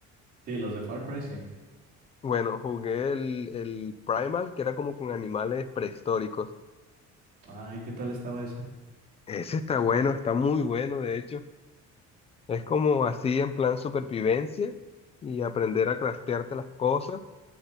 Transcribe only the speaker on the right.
Sí, los de Far Cry, sí.
Ay, ¿qué tal estaba ese?